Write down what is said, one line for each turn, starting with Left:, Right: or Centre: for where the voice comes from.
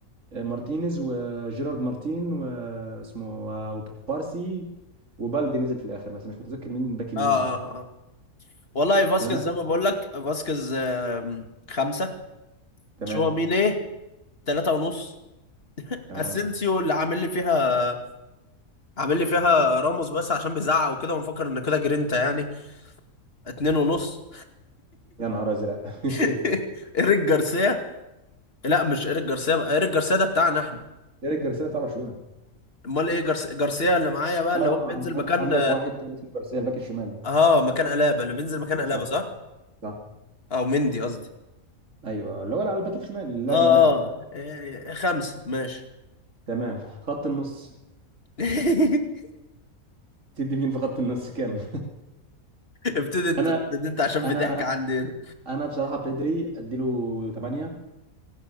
Right: آه، مارتينيز وجيرارد مارتين واسمه آه، وكوبارسي وبالدي نزل في الاخر بس مش متذكر مين الباك اليمين
Left: اه اه اه والله فاسكيز
Right: فانا
Left: زي ما بقول لك فاسكيز آم، خمسة
Right: تمام
Left: شو مين ايه ثلاثة ونص
Right: تمام
Left: اسينسيو اللي عامل لي فيها عامل لي فيها راموس بس عشان بيزعق وكده ونفكر ان كده جرينتا يعني اتنين ونص
Right: يا نهار ازرق <laughs>
Left: <laughs> ايريك جارسيا لا مش ايريك جارسيا بقى ايريك جارسيا ده بتاعنا احنا
Right: ايريك جارسيا بتاع برشلونه
Left: امال ايه جارس... جارسيا اللي معايا بقى
Right: اه
Left: اللي هو
Right: آه،
Left: بينزل
Right: عن- عن-
Left: مكان
Right: عندك واحد تاني اسمه جارسيا الباك الشمال
Left: اه مكان الابا اللي بينزل مكان الابا
Right: صح
Left: صح
Right: صح
Left: او مندي قصدي
Right: ايوه اللي هو اللي على الباك الشمال اللي لعب
Left: اه آه،
Right: امبارح
Left: إيه، خمسة ماشي
Right: تمام خط النص
Left: <laughs>
Right: تدي مين في خط النص كام
Left: ابتدي انت
Right: <laughs> انا
Left: ابتدي انت عشان في
Right: انا
Left: ضحك عندي هنا
Right: انا بصراحه بيدري اديله 8